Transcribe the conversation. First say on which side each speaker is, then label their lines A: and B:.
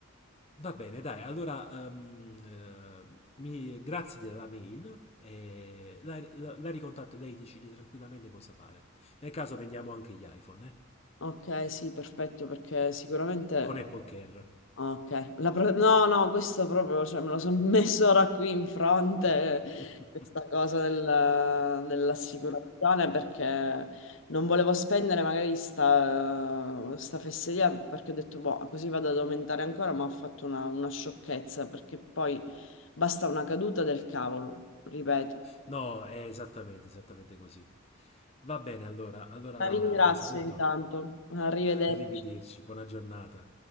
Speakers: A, on the left; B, on the left.
A: Va bene, dai, allora ehm, eh, mi- grazie della mail, eh, la, la, la ricontatto e lei decide tranquillamente cosa fare. Nel caso vendiamo anche gli iPhone, eh?
B: Ok, sì, perfetto, perché sicuramente
A: Con Apple Care.
B: Ok, La pro- no, no, questo proprio, cioè, me lo sono <laughs> messo ora qui in fronte,
A: <laughs>
B: eh, questa cosa del- dell'assicurazione, perché non volevo spendere magari sta, sta fesseria, perché ho detto, boh, così vado ad aumentare ancora, ma ho fatto una, una sciocchezza, perché poi basta una caduta del cavolo, ripeto.
A: No, è esattamente, esattamente così. Va bene, allora, allora
B: La
A: la,
B: ringrazio
A: la saluto.
B: intanto, arrivederci.
A: <laughs> Arrivederci, buona giornata.